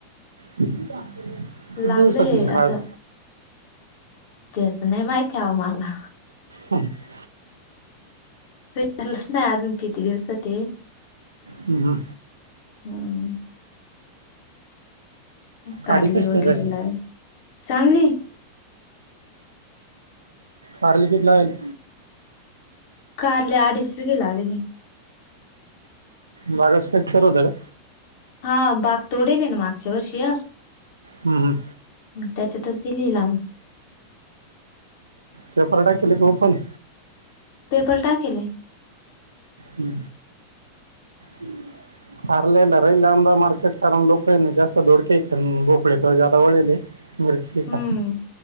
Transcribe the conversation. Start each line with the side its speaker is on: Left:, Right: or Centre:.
Right: किती
Left: लागलंय
Right: दिवसात येईल खायलं.
Left: असं तेच नाही माहिती आव आमला.
Right: हम्म. <unintelligible>
Left: विचलच <unintelligible> ना अजून किती दिवसात ते.
Right: हम्म. हम्म.
Left: हम्म
Right: काडी
Left: कारले
Right: कशी
Left: वगैरे
Right: काय झाली
Left: ला चांगलीये.
Right: कारली किती लागली.
Left: कारली अडीच पेटी लाविले.
Right: मागस फेक ठरवता का?
Left: हा बाग तोडेल ना मागच्या वर्षीय.
Right: हम्म. हम्म.
Left: मग त्याच्यातच दिलीये लावून.
Right: पेपर टाकिलेत ओपण.
Left: पेपर टाकीले.
Right: हम्म हम्म. <unintelligible> हारलेला राहिल आमददा मार्केट कारण लोकं ना जास्त धोडक्या भोपळे जादा वळेले. <unintelligible> मिरची
Left: हम्म
Right: का